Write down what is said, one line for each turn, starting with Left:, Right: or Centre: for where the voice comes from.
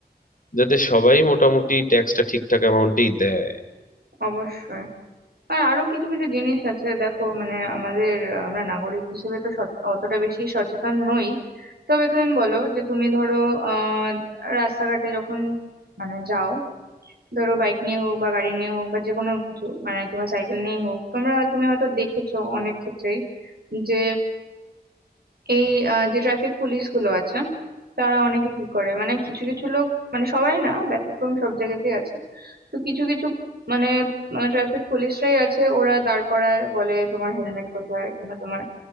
Left: যাতে সবাই মোটামুটি ট্যাক্সটা ঠিকঠাক অ্যামাউন্টেই দেয়
Right: অবশ্যই আর আরো কিছু কিছু জিনিস আছে দেখো মানে আমাদের আহ, আমরা নাগরিক হিসেবে তো সচ- অতটা বেশি সচেতন নই তবে তুমি বলো যে তুমি ধরো আহ রাস্তাঘাটে যখন মানে যাও ধরো বাইক নিয়ে হোক বা গাড়ি নিয়ে হোক বা যে কোনো কিছু মানে কিংবা সাইকেল নিয়ে হোক তোমরা তুমি হয়তো দেখেছো অনেক ক্ষেত্রেই যে এই আহ, যে ট্রাফিক পুলিশ গুলো আছে তারা অনেকে কি করে মানে কিছু কিছু লোক মানে সবাই না ব্যতিক্রম সব জায়গাতেই আছে তো কিছু কিছু মানে ট্রাফিক পুলিশরাই আছে ওরা দাঁড় করায় বলে তোমার হেলমেট কোথায় কিংবা তোমার